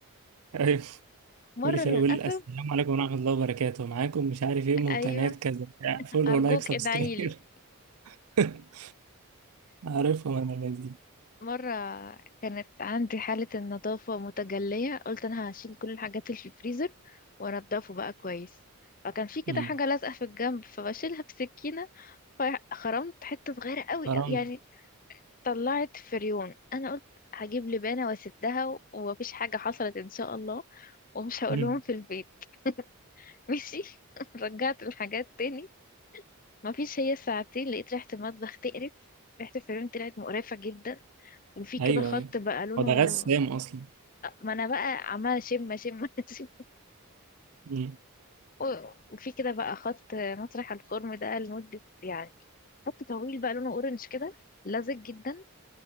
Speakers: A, on the right; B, on the left.
A: <laughs> أيوه
B: مرة
A: كل شوية
B: للأسف
A: يقول السلام عليكم ورحمة الله وبركاته معاكم مش عارف إيه من
B: ايوه
A: قناة كذا فولو
B: ارجوك
A: لايك سبسكرايب
B: ادعيلي
A: <laughs> عارفهم أنا الناس دي
B: مرة كانت عندي حالة النظافة متجلية قلت انا هشيل كل الحاجات اللي في الفريزر وانضفه بقى كويس فكان في كده
A: مم.
B: حاجة لازقة في الجنب فبشيلها بسكينة فخرمت حتة صغيرة قوي
A: حرام
B: قوي يعني طلعت فريون انا قلت هجيب لبانه واسدها ومفيش حاجه حصلت ان شاء الله ومش هقولهم
A: مم.
B: في البيت ماشي <laughs> رجعت الحاجات تاني مفيش هي ساعتين لقيت ريحه المطبخ تقرف ريحه الفريون طلعت مقرفه جدا وفي كده
A: أيوه
B: خط
A: أيوه
B: بقى لونه
A: هو ده غسام أصلا
B: ما انا بقى عماله شم شم <laughs> شم
A: مم.
B: و- وفي كده بقى خط مطرح الخرم ده لمده يعني خط طويل بقى لونه اورنج كده لزج جدا